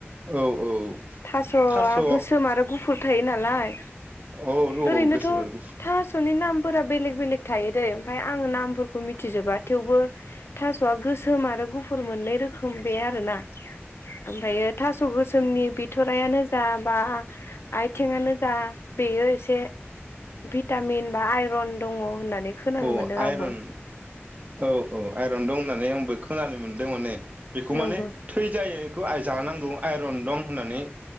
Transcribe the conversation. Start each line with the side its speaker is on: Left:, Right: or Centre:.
Right: औ औ
Left: थासआ
Right: थास' औ
Left: गोसोम आरो गुफुर थायो नालाय
Right: औ औ
Left: ओरैनोथ'
Right: गोसोम आरो गुफुर
Left: थासनि नाम, फुरा बेलेग बेलेग थायो, जायो ओमफ्राय आङो नामफोर फोरखौ मिथिजोबा थेवबो थासवा गोसोम आरो गुफुर मोननै रोखोम बे आरो ना ओनफायो थास गोसोमनि बि बिथ'रायानो जा बा आथिंआनो जा बेयो एसे भिटामिन बा आइरन दङ होननानै नानै खोनानो
Right: औ
Left: मोनदों
Right: आइरन
Left: आंबो,
Right: औ औ आइरन दं होननानै आंबो खोनानो मोन मोनदों माने बेखौ माने
Left: नंगौ
Right: थै जायो। खौ आइ जानांगौ आइरन दं होननानै,